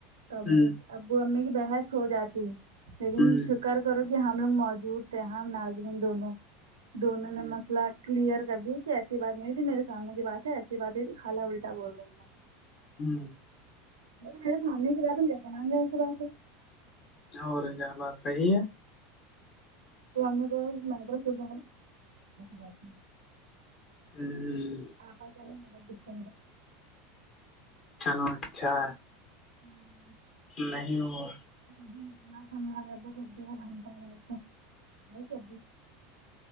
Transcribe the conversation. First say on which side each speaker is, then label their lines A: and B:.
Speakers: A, on the right; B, on the left.
A: تو ابو
B: ہ
A: ابو امی کی بحث ہو جاتی لیکن
B: ہ
A: کر کرو کہ ہم لوگ موجود تھے ہم ناظرین دونوں دونوں نے مسئلہ کلیئر کر دییا کہ ایسی بات نہیں تھی میرے سامنے کی بات ہے ایسی بات ہوئی تھی خالا الٹا بول رہی ہیں
B: ہوں
A: نہیں میرے سامنے کی بات ہم کیسے مان گا ایسی بات ہے
B: اور کیا بات صحیح ہے
A: نے تو مٹر سز نات
B: ہوں
A: آپاس نہیں ب دس
B: چلو اچھا
A: ہوں
B: نہیں وہ
A: مھے نے اتنا سمجھایا وہ دو گھنٹہ رہے چے